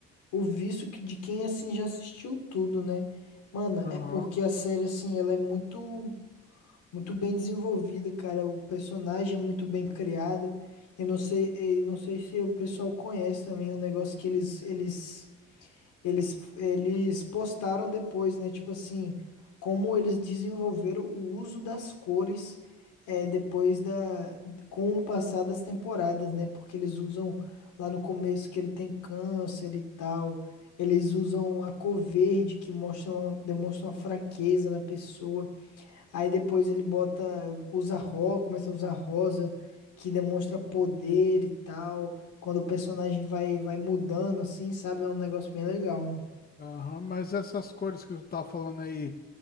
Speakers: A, on the left; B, on the left.
A: o vício que, de quem, assim, já assistiu tudo, né? Mano,
B: Aham.
A: é porque a série, assim, ela é muito, muito bem desenvolvida, cara. O personagem é muito bem criado. Eu não sei, eu não sei se o pessoal conhece também um negócio que eles, eles Eles, eles postaram depois, né? Tipo assim, como eles desenvolveram o uso das cores é, depois da, com o passar das temporadas, né? Porque eles usam lá no começo que ele tem câncer e tal. Eles usam a cor verde que mostra uma- demonstra uma fraqueza na pessoa. Aí depois ele bota, usa rosa, começa a usar rosa, que demonstra poder e tal. Quando o personagem vai, vai mudando, assim, sabe? É um negócio bem legal.
B: Aham, mas essas cores que tu tá falando aí,